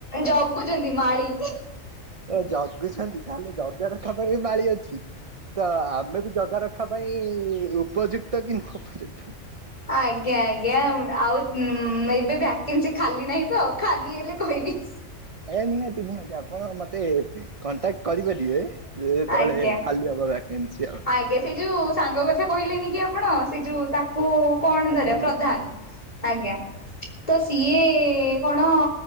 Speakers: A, on the left; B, on the right.
A: ଜଗୁଛନ୍ତି ମାଳି।
B: ଓ ଜଗୁଛନ୍ତି ତାହେଲେ ଜଗା ଦେଖା ପାଇଁ ବି ମାଳି ଅଛି। ତ ଆମେ ବି ଜଗା ରଖା ପାଇଁ ଉପଯୁକ୍ତ କି ନୁହ ଉପଯୁକ୍ତ।
A: ଆଜ୍ଞା ଆଜ୍ଞା ଆଉ ଏବେ ଭ୍ୟାକେନ୍ସି ଖାଲି ନାହିଁ ତ ଖାଲି ହେଲେ କହିବି।
B: ଆଜ୍ଞା ନିହାତି ନିହାତି ଆପଣ ମତେ କଣ୍ଟାକ୍ଟ କରିପାରିବେ। ଯେତେଳେ
A: ଆଜ୍ଞା
B: ଖାଲି ହବ ଭ୍ୟାକେନ୍ସି ଆଉ।
A: ଆଜ୍ଞା ସେଇ ଯୋଉ ସାଙ୍ଗ କଥା କହିଲେନି କି ଆପଣ ସେ ଯୋଉ ତାକୁ କଣ
B: ଆଜ୍ଞା
A: ଧରିବା
B: ଆଜ୍ଞା
A: ପ୍ରଧାନ ଆଜ୍ଞା। ତ ସିଏ କଣ